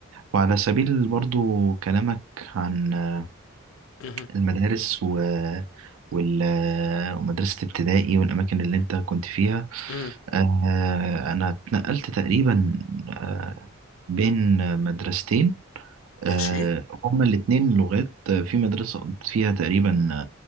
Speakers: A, on the right; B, on the left.
A: وعلى سبيل برضو كلامك عن آه،
B: مهم.
A: المدارس و وال- آه، ومدرسة ابتدائي والأماكن اللي أنت كنت فيها
B: مهم.
A: آه، أنا اتنقلت تقريبا آه، بين مدرستين
B: ماشي
A: آه، هما الاتنين لغات آه، في مدرسة قضيت فيها تقريبا